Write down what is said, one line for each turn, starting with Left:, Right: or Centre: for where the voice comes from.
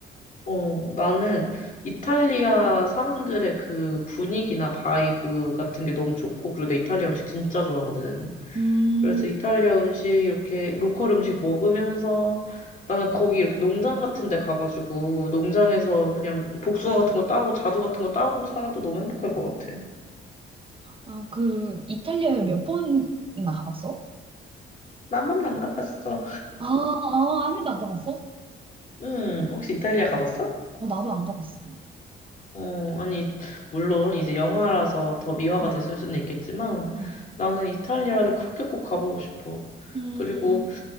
Left: 어, 나는 이탈리아 사람들의 그 분위기나 바이브 같은 게 너무 좋고, 그리고 내 이탈리아 음식 진짜 좋아하거든.
Right: 음,
Left: 그래서 이탈리아 음식, 이렇게 로컬 음식 먹으면서 나는 거기 이렇게 농장 같은 데 가가지고, 농장에서 그냥 복숭아 같은 거 따고, 자두 같은 거 따고 살아도 너무 행복할 것 같아.
Right: 아, 그, 이탈리아에 몇 번이나 가봤어?
Left: 나만 안 가봤어.
Right: 아, 아, 한 번도 안 가봤어?
Left: 응, 혹시 이탈리아
Right: 어,
Left: 가봤어?
Right: 어, 나도 안 가봤어.
Left: 어, 아니, 물론 이제 영화라서 더 미화가
Right: 응,
Left: 됐을 수는 있겠지만
Right: 응.
Left: 나는 이탈리아를 그렇게 꼭 가보고 싶어.
Right: 음,
Left: 그리고